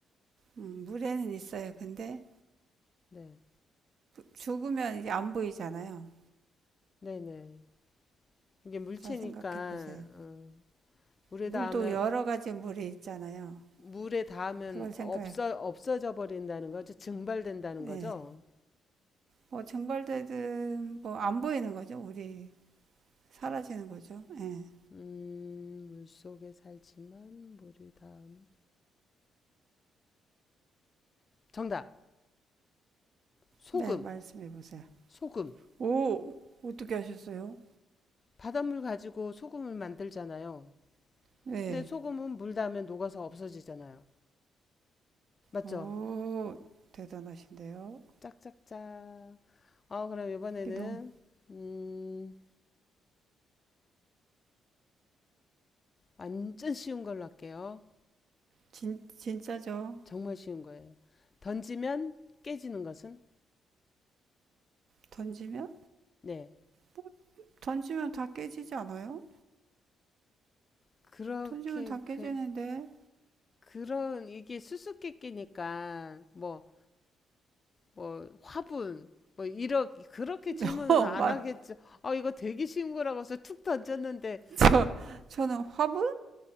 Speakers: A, on the right; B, on the left.
A: 음, 물에는 있어요. 근데
B: 네.
A: 죽으면 이게 안 보이잖아요.
B: 네네. 이게 물체니까,
A: 잘 생각해 보세요.
B: 어, 물에
A: 물도
B: 닿으면,
A: 여러 가지 물이 있잖아요.
B: 물에 닿으면
A: 그걸
B: 없어,
A: 생각해.
B: 없어져 버린다는 거죠. 증발된다는 거죠.
A: 예. 뭐 증발되든 뭐 안 보이는 거죠. 우리 사라지는 거죠. 예.
B: 음, 물속에 살지만 물이 닿음. 정답! 소금!
A: 네, 말씀해 보세요.
B: 소금!
A: 오, 어떻게 하셨어요?
B: 바닷물 가지고 소금을 만들잖아요.
A: 네.
B: 근데 소금은 물 닿으면 녹아서 없어지잖아요. 맞죠?
A: 오, 대단하신데요.
B: 짝짝짝. 어, 그럼 이번에는,
A: 이게 너무
B: 음, 완전 쉬운 걸로 할게요.
A: 진, 진짜죠.
B: 정말 쉬운 거예요. 던지면 깨지는 것은?
A: 던지면?
B: 네.
A: 뭐, 던지면 다 깨지지 않아요?
B: 그렇게,
A: 던지면 다 깨지는데.
B: 그, 그런, 이게 수수께끼니까, 뭐, 뭐, 화분, 뭐, 이렇게, 그렇게 질문은
A: <laughs> 어,
B: 안
A: 말,
B: 하겠죠. 아, 이거 되게 쉬운 거라고 해서 툭 던졌는데,
A: 저, 저는 화분?